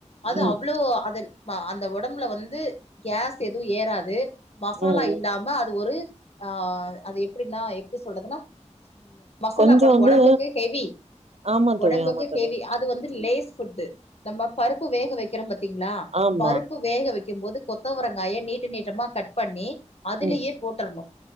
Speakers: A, on the left; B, on the right.
A: அது
B: ம்
A: அவ்ளோ அதுன் வா அந்த ஒடம்புல வந்து கேஸ் எதுவு ஏறாது மசாலா
B: ம் ம்
A: இல்லாம அது ஒரு ஆ அது எப்டின்னா எப்டி சொல்றதுன்னா உ மசாலா
B: கொஞ்சோ
A: கூட
B: வந்து
A: ஒடம்புக்கு ஹெவி
B: ஆமா
A: ஒடம்புக்கு
B: தோழி ஆமா தோழி
A: ஹெவி அது வந்து லேஸ்
B: ம்
A: ஃபுட்டு நம்ம பருப்பு வேக வைக்கிறோம் பாத்தீங்ளா
B: ஆம்
A: பருப்பு வேக வைக்கும் போது கொத்தவரங்காய நீட்டு நீட்டமா கட் பண்ணி அதுலியே
B: ம்
A: போட்ரணு